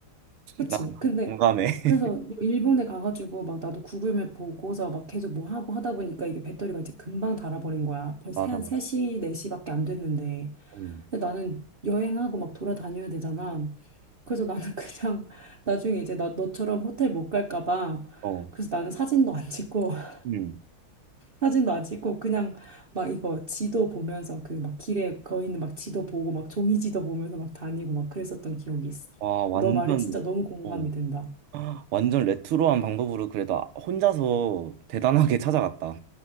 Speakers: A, on the right (about 35°); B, on the right (about 85°).
A: 그치?
B: 나
A: 근데,
B: 공감해.
A: 그래서
B: <laughs>
A: 뭐 일본에 가가지고 막 나도 구글맵 보고서 막 계속 뭐 하고 하다 보니까 이게 배터리가 이제 금방 닳아버린 거야. 벌써
B: 맞아,
A: 한
B: 맞아.
A: 3시, 4시밖에 안 됐는데.
B: 어,
A: 근데 나는 여행하고 막 돌아다녀야 되잖아. 그래서 나는 <laughs> 그냥 나중에 이제 나 너처럼 호텔 못 갈까 봐.
B: 어,
A: 그래서 나는 사진도 안 찍고 <laughs>
B: 음.
A: 사진도 안 찍고 그냥 막 이거 지도 보면서 그 막 길에 거 있는 막 지도 보고 막 종이 지도 보면서 막 다니고 막 그랬었던 기억이 있어.
B: 와, 완전,
A: 너 말에 진짜 너무 공감이
B: 어,
A: 된다.
B: 완전 레트로한 방법으로 그래도 아- 혼자서 대단하게 찾아갔다.